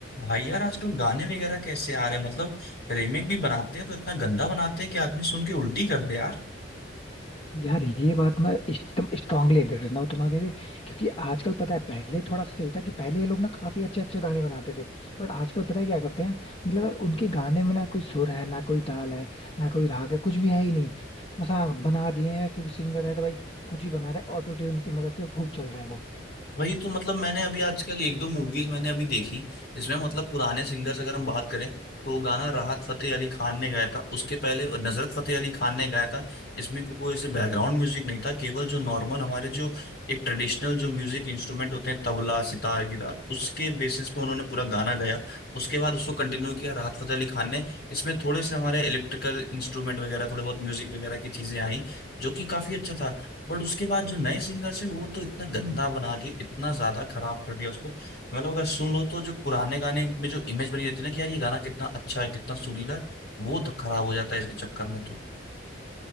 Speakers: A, on the left (about 55°); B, on the left (about 30°).
A: भाई यार आजकल गाने वगैरह कैसे आ रहे हैं मतलब रीमेक भी बनाते हैं तो इतना गंदा बनाते हैं कि आदमी सुन के उल्टी कर दे
B: यार ये बात मैं एकदम स्ट्रांगली एग्री करता हूँ तुम्हारे से क्योंकि आजकल पता है पहले थोड़ा सा सही था कि पहले ये लोग ना काफी अच्छे अच्छे गाने बनाते थे बट आजकल पता है क्या करते हैं मतलब यार उनके गाने में ना कोई सुर है ना कोई ताल है ना कोई राग है कुछ भी है ही नहीं बस हाँ बना दिए हैं क्योंकि सिंगर है तो भाई कुछ भी बना रहा है ऑटो ट्यून की मदद से खूब चल रहा है वो
A: वही तो मतलब मैंने अभी आजकल एक दो मूवीज मैंने अभी देखी इसमें मतलब पुराने सिंगर्स अगर हम बात करें तो गाना राहत फतेह अली खान ने गाया था उसके पहले नजरत फतेह अली खान ने गाया था इसमें कोई कोई ऐसे बैकग्राउंड म्यूजिक नहीं था केवल जो नॉर्मल हमारे जो एक ट्रेडिशनल जो म्यूजिक इंस्ट्रूमेंट होते हैं तबला सितार गिटार उसके बेसिस पे उन्होंने पूरा गाना गाया उसके बाद उसको कंटिन्यू किया राहत फतेह अली खान ने इसमें थोड़े से हमारे इलेक्ट्रिकल इंस्ट्रूमेंट वगैरह थोड़े बहुत म्यूजिक वगैरह की चीजें आई जो कि काफी अच्छा था बट उसके बाद जो नए सिंगर्स हैं वो तो इतना गंदा बना दिए इतना ज्यादा खराब कर दिया उसको मतलब अगर सुन लो तो जो पुराने गाने में जो इमेज बनी रहती है ना कि यार ये गाना कितना अच्छा है कितना सुरीला है, वो तक खराब हो जाता है इसके चक्कर में तो